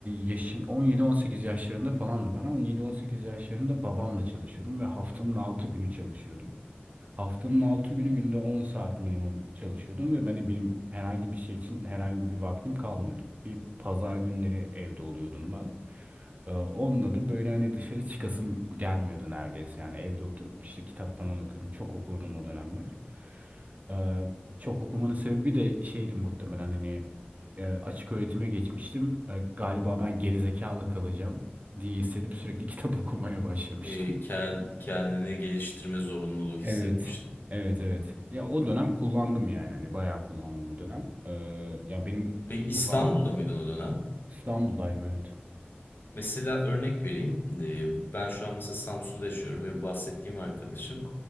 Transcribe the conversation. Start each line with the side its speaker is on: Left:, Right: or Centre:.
Right: yaşın 17-18 yaşlarında falandım ben ama 17-18 yaşlarında babamla çalışıyordum ve haftanın 6 günü çalışıyordum. Haftanın 6 günü günde 10 saat minimum çalışıyordum ve beni benim herhangi bir şey için herhangi bir vaktim kalmıyordu. Bir pazar günleri evde oluyordum ben. Ee, onda da böyle hani dışarı çıkasım gelmiyordu neredeyse. Yani evde oturup işte kitap falan okuyordum. Çok okurdum o dönemler. Ee, çok okumanın sebebi de şeydi muhtemelen hani e, açık öğretime geçmiştim. E, galiba ben gerizekalı kalacağım diye hissedip sürekli <laughs> kitap okumaya başlamıştım.
Left: E, ken- kendini geliştirme zorunluluğu hissetmiştim.
Right: Evet. Evet evet. Ya o dönem kullandım yani. Hani bayağı kullandım o dönem. Ee, ya benim
Left: Peki İstanbul'da
Right: kullandım.
Left: mıydın o dönem?
Right: İstanbul'daydım evet.
Left: Mesela örnek vereyim. Ee, Ben şu an mesela Samsun'da yaşıyorum ve bahsettiğim arkadaşım